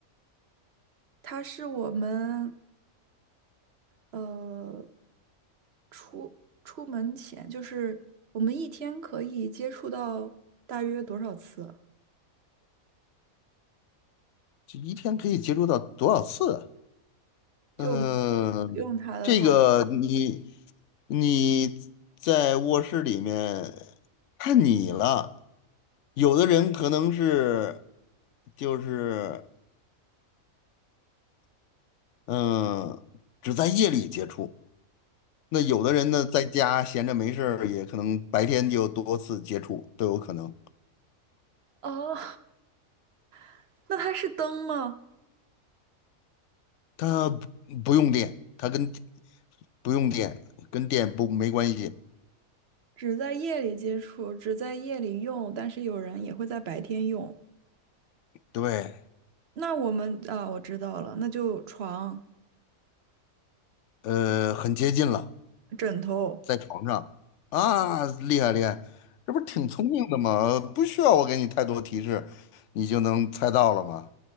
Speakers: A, on the right; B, on the left.
A: 它是我们呃出出门前，就是我们一天可以接触到大约多少次啊
B: 这一天可以接触到多少次啊
A: 就我们
B: 嗯，
A: 用它的话，
B: 这个你你在卧室里面看你了，有的人可能是就是嗯、呃只在夜里接触，那有的人呢在家闲着没事儿，也可能白天就多次接触都有可能。
A: 哦 <laughs>，那它是灯吗？
B: 他不不用电，他跟不用电，跟电不没关系。
A: 只在夜里接触，只在夜里用，但是有人也会在白天用。
B: 对，
A: 那我们啊，我知道了，那就床、
B: 呃，很接近了。
A: 枕头。
B: 在床上啊，厉害厉害，这不是挺聪明的吗？呃不需要我给你太多提示，你就能猜到了吗？